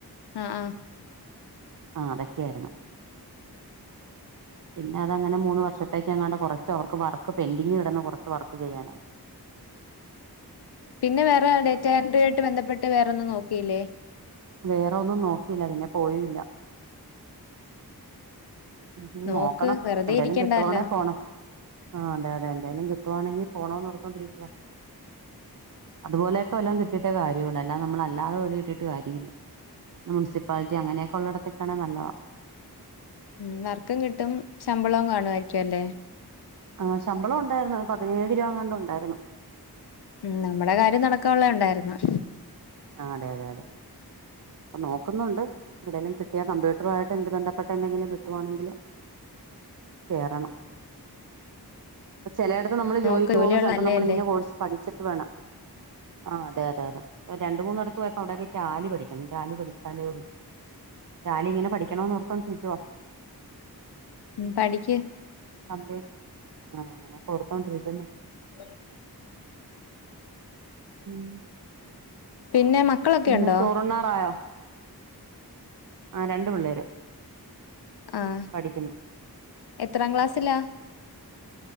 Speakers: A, on the left; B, on the right.
A: ആ ആഹ്
B: ആ അതൊക്കെയായിരുന്നു പിന്നെ അത് അങ്ങന മൂന്ന് വർഷത്തേക്ക് അങ്ങാണ്ട് കൊറച്ച് അവർക്ക് വർക്ക് പെന്റിങ് കിടന്ന് കൊറച്ച് വർക്ക് ചെയ്യാനായിട്ട്
A: പിന്നെ വേറെ ഡേറ്റ എൻട്രി ആയിട്ട് ബന്ധപ്പെട്ട് വേറോന്നും നോക്കിയില്ലേ?
B: വേറൊന്നും നോക്കിയില്ല പിന്നെ പോയുംല്ല- ഉം
A: നോക്ക്
B: നോ ക്കണം
A: വെറുതെ
B: എവിടെലും
A: ഇരിക്കണ്ടാല്ലോ
B: കിട്ടുവാണേ പോണം ആഹ അതെ അതെ എന്തായാലും കിട്ടുവാണെങ്കിൽ പോണോനോർത്തോണ്ടിരിക്കുവാ അതുപോലെക്കെ വല്ലോം കിട്ടിയിട്ടേ കാര്യള്ളു അല്ലതെ നമ്മള് അല്ലാതെ ജോലി കിട്ടിട്ട് കാര്യമില്ല ഇല്ല മുൻസിപ്പാലിറ്റി അങ്ങനെയൊക്കെ ഉള്ളിടത്തൊക്കെയാണെ നല്ലതാ-
A: ഉം വർക്കും കിട്ടും ശമ്പളവും കാണുവായിരിക്കും അല്ലേ?
B: ആ ശമ്പളം ഉണ്ടായിരുന്നു പതിനേഴ് രൂവ എങ്ങാണ്ട് ഉണ്ടായിരുന്നു
A: ഉം നമ്മുടെ കാര്യം നടക്കാൻള്ള ഉണ്ടായിര്ന്ന്
B: ആ അതെ അതെ അതെ അപ് നോക്കുന്നുണ്ട് എന്തേലും കിട്ടിയാ കമ്പ്യൂട്ടറു ആയിട്ട് എന്ത് ബന്ധപ്പെട്ട് എന്തെങ്കിലും കിട്ടുവാണെങ്കില് കേറണം ചിലയിടത്ത് നമ്മള്
A: നോക്ക്
B: ജോലിക്ക്
A: ജോലിയുള്ള
B: പോകുമ്പോ ചിലപ്പോ
A: നല്ലേ
B: നമ്മള്
A: അല്ലേ
B: ഇന്ന കോഴ്സ് പഠിച്ചിട്ട് വേണം ആ അതെ അതെ അതെ രണ്ട് മൂന്നിടത്ത് പോയപ്പോ അവിടെക്ക ഈ റ്റാലി പഠിക്കണം റ്റാലി പഠിച്ചാലേ ഉള്ളൂ റ്റാലി ഇങ്ങനെ പഠിക്കണോന്നോർത്തോണ്ട് ഇരിക്കുവാ
A: ഉം പഠിക്ക്
B: <unintelligible> ആ അങ്ങനെ കൊടുത്തോണ്ടിരിക്കുന്നു
A: ഉ
B: ഉം
A: പിന്നെ മക്കളൊക്കെ
B: പിന്നെ
A: ഉണ്ടോ
B: ചോറുണ്ണാറായോ ആഹ് രണ്ട് പിള്ളേര്
A: ആഹ്
B: പഠിക്കുന്നു
A: എത്രാം ക്ലാസ്സിലാ